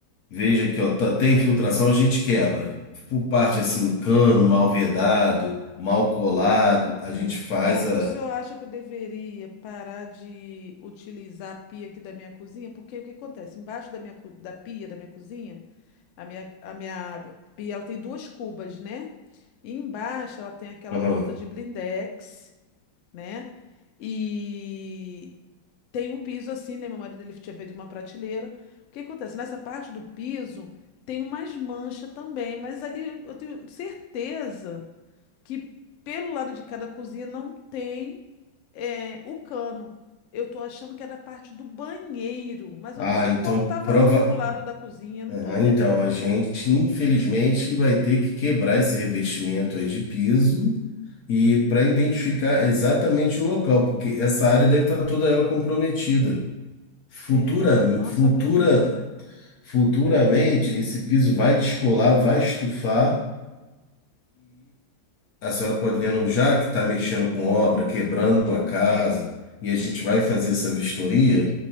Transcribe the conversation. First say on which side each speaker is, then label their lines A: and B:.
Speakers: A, on the left; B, on the left.
A: Veja aqui, ó, tá- tem infiltração, a gente quebra. Por parte assim, cano mal vedado, mal colado, a gente faz
B: Tá,
A: a.
B: o senhor acha que eu deveria parar de utilizar a pia aqui da minha cozinha? Porque o que acontece? Embaixo da minha, co- da pia da minha cozinha A minha, a minha pia, ela tem duas cubas, né? E embaixo ela tem aquela
A: Aham.
B: porta de blindex, né? E tem um piso assim, né? Meu marido ele tinha feito uma prateleira. O que acontece? Nessa parte do piso tem umas manchas também, mas ali eu tenho certeza que pelo lado de cada cozinha não tem é, o cano. Eu tô achando que é da parte do banheiro, mas
A: Ah,
B: eu não sei
A: então
B: como tá vazando
A: prova.
B: pro lado da cozinha, não
A: Ah,
B: tô entendendo.
A: então a gente infelizmente vai ter que quebrar esse revestimento aí de piso e para identificar exatamente o local, porque essa área deve estar toda ela comprometida.
B: Será?
A: Futura,
B: Nossa,
A: futura,
B: só prejuízo, né?
A: futuramente esse piso vai descolar, vai estufar a senhora podendo, já que está mexendo com obra, quebrando a casa,
B: Uhum.
A: e a gente vai fazer essa vistoria,